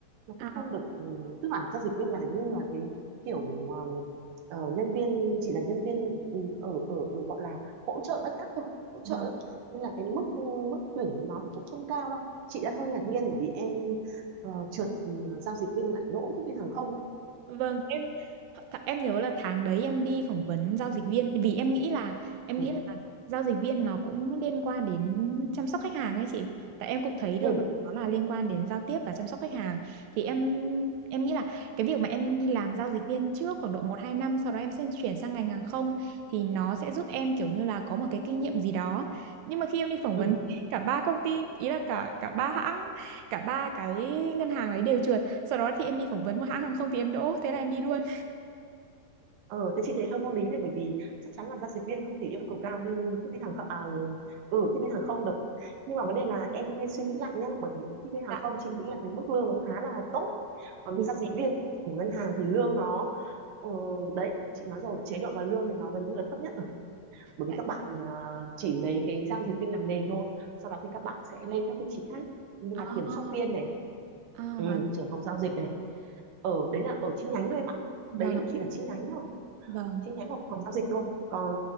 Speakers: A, on the right (about 65°); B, on the right (about 85°).
A: nó cũng
B: À,
A: không được ừ, tức là giao dịch viên là như là cái kiểu ừm, ờ, nhân viên chỉ là nhân viên ừ, ở ở ở gọi là hỗ trợ backup thôi hỗ trợ
B: vâng.
A: ấy. nên là cái mức mức tuyển nó thì cũng không cao đâu chị đã hơi ngạc nhiên bởi vì em ờ, trượt ừ, giao dịch viên lại đỗ tiếp viên hàng không ấy
B: Vâng, em th- em nhớ là tháng đấy em đi phỏng vấn giao dịch viên vì em nghĩ là em
A: ừ,
B: nghĩ là giao dịch viên nó cũng liên quan đến chăm sóc khách hàng ấy chị. Tại em cũng thấy được
A: ừ,
B: là nó là liên quan đến giao tiếp và chăm sóc khách hàng. Thì em em nghĩ là cái việc mà em đi làm giao dịch viên trước khoảng độ một 2 năm sau đó em sẽ chuyển sang ngành hàng không thì nó sẽ giúp em kiểu như là có một cái kinh nghiệm gì đó. Nhưng mà khi em đi phỏng
A: ừ.
B: vấn cả ba công ty, ý là cả cả ba hãng, cả ba cái ngân hàng đấy đều chừa sau đó thì em đi phỏng vấn một hãng hàng không thì em đỗ, thế là em đi luôn.
A: Ờ, thế chị thấy hơi vô lý đấy bởi vì chắc chắn là giao dịch viên không thể yêu cầu cao như tiếp viên hàng không à, ừ tiếp viên hàng không được nhưng mà vấn đề là em cũng nên suy nghĩ lại nhá bởi vì tiếp viên hàng
B: Dạ
A: không chị nghĩ là cái mức lương nó khá là tốt còn
B: đúng
A: giao dịch viên ý, của ngân hàng thì lương nó ừ, đấy chị nói rồi chế độ và lương thì nó gần như là thấp nhất rồi bởi
B: vậy.
A: vì các bạn à, chỉ lấy cái giao dịch viên làm nền thôi sau đó thì các bạn sẽ lên các vị trí khác như
B: À,
A: là kiểm soát viên này
B: à
A: ừ,
B: hóa
A: trưởng phòng giao dịch này ở đấy là ở chi nhánh thôi em ạ
B: vâng
A: đấy cũng
B: ạ,
A: chỉ là chi nhánh thôi
B: vâng,
A: chi nhánh hoặc phòng giao dịch thôi còn